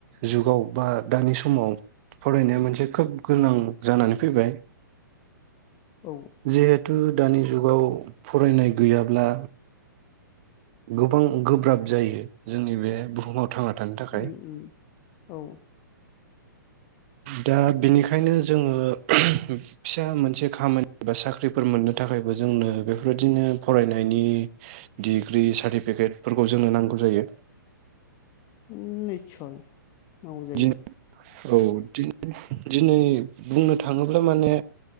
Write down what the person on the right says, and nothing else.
जुगाव बा दानि समाव फरायनाया मोनसे खोब गोनां जानानै फैबाय‌
जिहेतु दानि जुगाव फरायनाय गैयाब्ला गोबां गोब्राब जायो जोंनि बे बुहुमाव थांना थानो थाखाय।
दा बिनिखायनो जोङो ओम फिसा मोनसे खामानि बा साख्रिफोर मोननो थाखायबो जोंनो बेफोरबायदिनो फरायनायनि डिग्रि सार्टिफिकेटफोरखौ जोंनो नांगौ जायो।
दि औ दि दिनै बुंनो थाङोब्ला माने